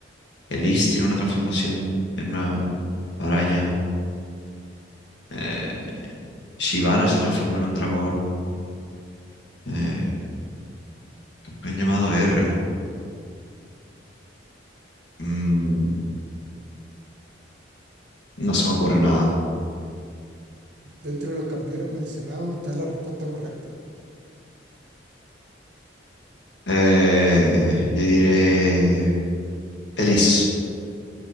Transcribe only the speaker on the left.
Elise tiene una transformación en una araña. eh, Shyvana se transforma en un dragón. Eh, campeón llamado R. Mm, no se me ocurre nada.
Eh, yo diré Elise.